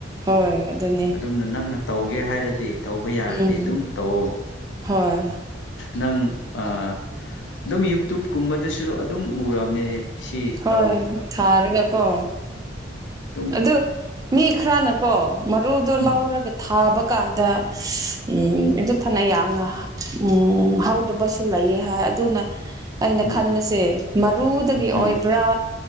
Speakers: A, on the right; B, on the left.
A: ꯍꯣꯏ ꯑꯗꯨꯅꯦ
B: ꯑꯗꯨ ꯑꯅ ꯅꯪꯅ ꯇꯧꯒꯦ ꯍꯥꯏꯔꯗꯤ ꯇꯧꯕ ꯌꯥꯔꯗꯤ
A: ꯎꯝ
B: ꯑꯗꯨꯝ ꯇꯧꯑꯣ
A: ꯍꯣꯏ
B: ꯅꯪ ꯑꯥ ꯑꯗꯨꯝ ꯌꯨꯇꯨꯞꯀꯨꯝꯕꯗꯁꯨ ꯑꯗꯨꯝ ꯎꯔꯕꯅꯦ ꯁꯤ
A: ꯍꯣꯏ
B: ꯇꯧꯕ
A: ꯊꯥꯔꯒꯀꯣ
B: ꯎꯝ
A: ꯑꯗꯨ ꯃꯤ ꯈꯔꯅꯀꯣ ꯃꯔꯨꯗꯣ
B: ꯎꯝ
A: ꯂꯧꯔꯒ ꯊꯥꯕ ꯀꯥꯟꯗ ꯎꯝ ꯑꯗꯨ ꯐꯅ ꯌꯥꯝꯅ ꯎꯝ ꯍꯧꯗꯕꯁꯨ ꯂꯩꯌꯦ ꯍꯥꯏ ꯑꯗꯨꯅ ꯑꯩꯅ
B: ꯎꯝ
A: ꯈꯟꯕꯁꯦ ꯃꯔꯨꯗꯒꯤ
B: ꯎꯝ
A: ꯑꯣꯏꯕ